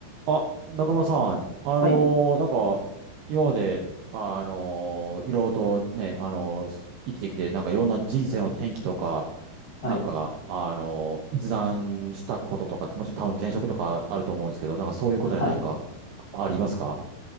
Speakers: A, on the right; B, on the left.
A: あ、中村さん、あのーなんか、
B: はい。
A: 今まで、あのーいろいろとね、あのー生きてきて、なんかいろんな人生の転機とか、
B: はい。
A: なんか、あのー決断したこととか、もちろん多分転職とかあると思うんですけど、なんかそういうことで何かありますか
B: はい。